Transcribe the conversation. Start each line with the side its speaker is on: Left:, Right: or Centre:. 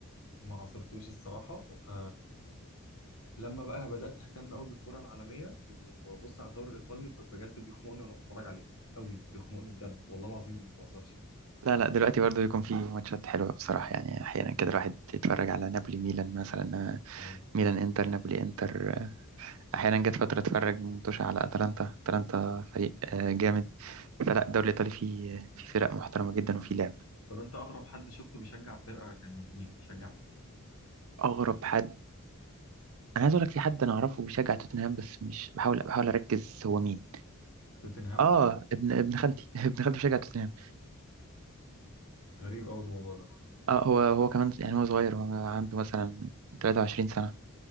Left: ما عصرتوش الصراحه ف لما بقى بدات اهتم قوي بالكره العالميه وببص على الدوري الايطالي ب- بجد بيخنقني وانا بتفرج عليه قوي بيخنقني بجد والله العظيم ما بهزرش
Right: لا لا دلوقتي برضه يكون في ماتشات حلوه بصراحه يعني احيانا كده الواحد يتفرج على نابولي ميلان مثلا
Left: اه
Right: ميلان انتر نابولي انتر احيانا جت فتره اتفرج متوشه على اتلانتا اتلانتا فريق آه، جامد فلا الدوري الايطالي فيه في فرق محترمه جدا وفي لعب
Left: طب انت اغرب حد شفته بيشجع فرقه كان مين بيشجع مين
Right: اغرب حد انا عايز اقول لك في حد انا اعرفه بيشجع توتنهام بس مش بحاول بحاول اركز هو مين
Left: توتنهام
Right: اه ابن ابن خالتي <laughs> ابن خالتي بيشجع توتنهام
Left: غريب قوي الموضوع ده
Right: اه هو هو كمان يعني هو صغير هو عنده مثلا 23 سنة